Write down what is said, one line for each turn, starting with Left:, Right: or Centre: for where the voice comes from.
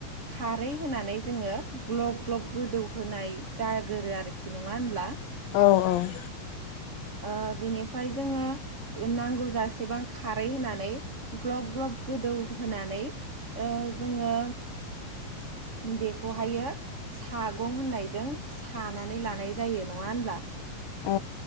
Right: खारै होनानै जोङो ग्ल'ब ग्लब गोदौ होनाय जागोरो आरो खि नंआ होनब्ला
Left: औ औ
Right: ओ बिनिफ्राय जोङो नांगौ जसेबां खारै होनानै ग्ल'ब ग्ल'ब गोदौ होनानै ओ जोङो बेखौहायो सागं होननायजों सानानै लानाय जायो नङा होनब्ला
Left: औ